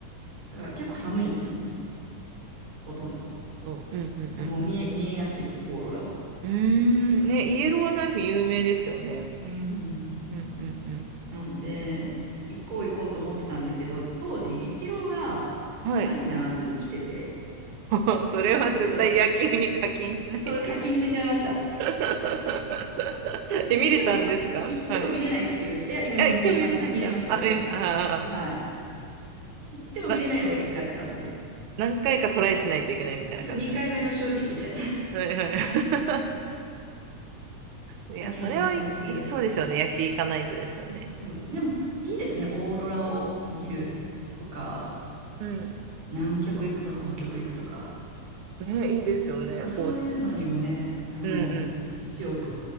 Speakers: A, on the right; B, on the right.
A: だから結構寒いんです、本当に。ほとんどが。だか
B: ど、うんうんうん
A: らもう見え、見えやすい、オーロラは。
B: うん。うーん、ね、イエローナイフ有名ですよね。
A: うん。
B: うんうん
A: なんで、ちょっと行こう行こうと思ってたんですけど、当時、イチローがマリナーズに来てて、
B: うん。はい。<laughs> それは絶対野球に課金しないと。
A: <laughs> ちょっと、それ課金してしまいました。
B: <laughs>
A: 行っても、
B: え、見れたんですかはい。
A: いや、行っても見れないっていう、いや、見れ、
B: あ、行っても見れないんだ。
A: 見れました。見れました、
B: あ、
A: 見れました。
B: 見ました。ああ、
A: はい。行っても見れないのが一回あったんで、
B: な、何回かトライしないといけないみたいな感じなんですね。
A: そう、2回目の正直で
B: はいはい。<laughs>
A: <laughs>
B: いや、
A: 課金しちゃって。
B: それはいい、そうですよね。野球行かないとですよね。
A: そうですね。でも、いいですね。オーロラを見るとか、
B: うん。
A: 南極行くとか、北極行くとか。
B: ね、いいですよね。
A: なんかそういうのにもね、
B: こう、
A: その1億
B: うん